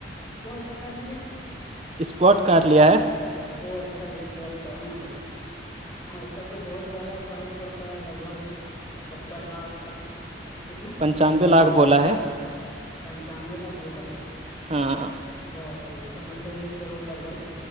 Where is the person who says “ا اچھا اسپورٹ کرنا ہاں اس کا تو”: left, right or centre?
Left